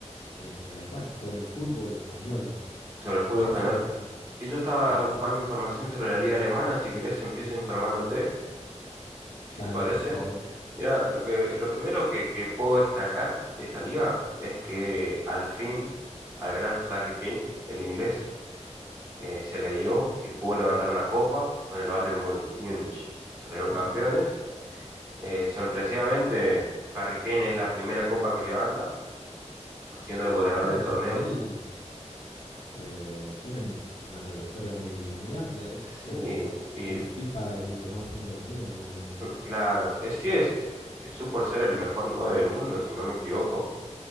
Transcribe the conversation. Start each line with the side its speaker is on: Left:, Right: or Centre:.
Left: eh, eh, bueno, sobre el fútbol español.
Right: Sobre el fútbol
Left: ¿Vos
Right: español.
Left: sobre qué?
Right: Y yo estaba
Left: Sí,
Right: buscando información sobre la liga alemana, si querés empiezo informándote, si
Left: dale,
Right: te parece.
Left: por favor.
Right: Mira, lo que, lo primero que, que puedo destacar de esta liga es que al fin al gran Harry Kane, el inglés, eh, se le dio y pudo levantar una copa con el Bayern Muni- Múnich. Salieron
Left: Ujú.
Right: campeones Eh, sorpresivamente, Harry Kane es la primera copa que levanta, siendo el goleador
Left: Claro,
Right: del torneo.
Left: porque él eh, tiene un- una trayectoria muy, muy amplia, de hecho,
Right: Sí,
Left: en,
Right: y
Left: en el FIFA es el que más puntos tenía en un momento.
Right: claro, es sí es, su por ser el mejor 9 del mundo, si no me equivoco.